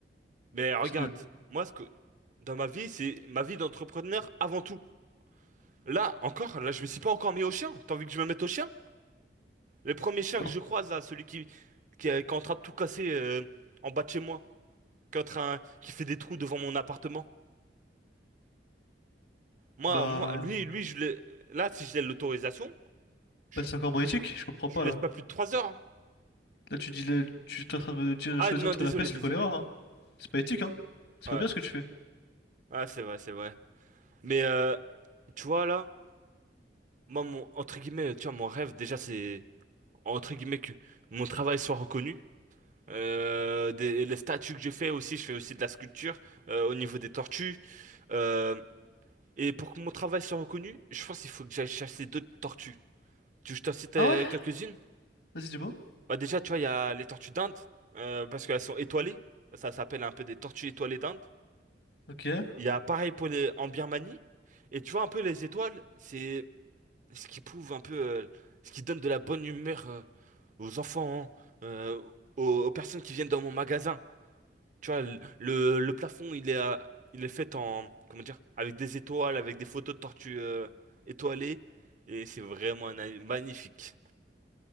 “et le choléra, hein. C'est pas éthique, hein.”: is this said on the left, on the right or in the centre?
Left